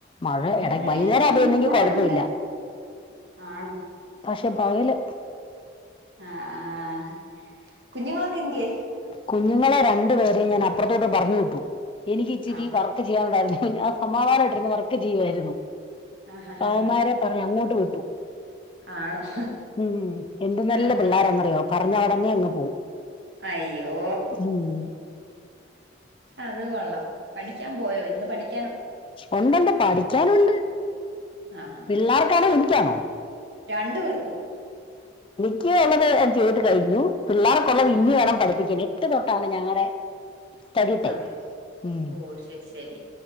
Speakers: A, on the left (about 25°); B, on the right (about 65°).
A: മഴ എട
B: ഇവിടെ
A: വൈന്നേരാ
B: ഒരു
A: പെയ്യുന്നെങ്കിൽ
B: മൂടലുണ്ടായിരുന്നു
A: കൊഴപ്പവില്ല.
B: ആണോ
A: പക്ഷേ പകല്
B: ആഹ് ആഹ് കുഞ്ഞുങ്ങളൊക്കെന്ത്യേ?
A: കുഞ്ഞുങ്ങളെ രണ്ടുപേരെയും ഞാനപ്പുറത്തോട്ട് പറഞ്ഞുവിട്ടു. എനിക്കിച്ചിരി
B: ആഹാ
A: വർ ചെയാനുണ്ടായിരുന്നു ആഹ് സമാധാനായിട്ടിരുന്നു വർക്ക് ചെയ്യായിരുന്നു
B: ആഹാ
A: അനേര പറഞ്ഞ് അങ്ങോട്ട് വിട്ടു
B: ആണോ
A: ഉം എന്ത് നല്ല
B: ആഹ്
A: പിള്ളോരെന്നറിയോ
B: ആഹ്
A: പറഞ്ഞ ഉടനെ അങ്ങ് പോവും
B: അയ്യോ
A: ഉം
B: അത് കൊള്ളാം പഠിക്കാൻ പോയോ ഇന്ന് പഠിക്ക
A: ഉണ്ടണ്ട് പഠിക്കാനുണ്ട്
B: ആഹ് ആഹ്
A: പിള്ളേർക്കാണോ എനിക്കാണോ
B: രണ്ടു പേർക്കും
A: എനിക്കുള്ളത് ഞാൻ ചെയ്ത് കഴിഞ്ഞു പിള്ളേർക്കുള്ളത്
B: ആഹ്
A: ഇനി വേണം പതിപ്പിക്കാൻ എട്ട് തൊട്ടാണ് ഞങ്ങളുടെ സ്റ്റഡി
B: സമയം
A: ടൈം ഉം
B: ഓ ശരി ശരി